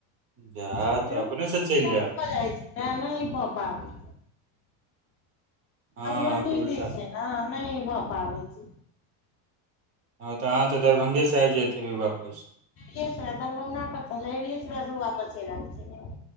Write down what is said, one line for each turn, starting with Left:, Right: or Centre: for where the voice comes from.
Right: जा
Left: रूट
Right: तऽ अपनेसँ
Left: उल्टा
Right: चलि जायब
Left: भऽ जाइ छै न नैय कऽ पाबी।
Right: हँ
Left: मधुबनी
Right: अहाँके उल्टा
Left: दिस छै ने, नहि भ पाबै छै।
Right: हँ, तऽ अहाँ तऽ, दरभंगेसँ आबि ज जेतियै वापस।
Left: नैरसराय, दरभंगा लहेरियेसराय से वापस चली एब।